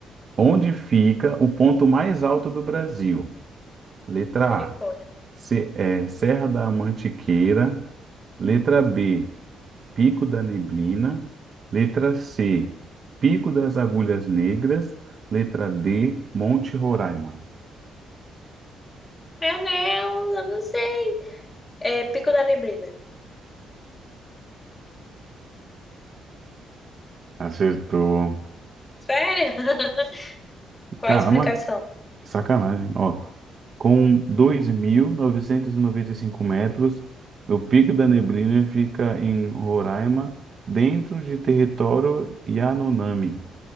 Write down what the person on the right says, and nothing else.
Onde fica o ponto mais alto do Brasil? Letra
A, Se- é, Serra da Mantiqueira. Letra B, Pico da Neblina. Letra C, Pico das Agulhas Negras. Letra D, Monte Roraima.
Acertou.
Caramba,
Sacanagem, ó. Com dois mil novecentos e e noventa e cinco metros, o Pico da Neblina fica em Roraima, dentro de território Yanomami.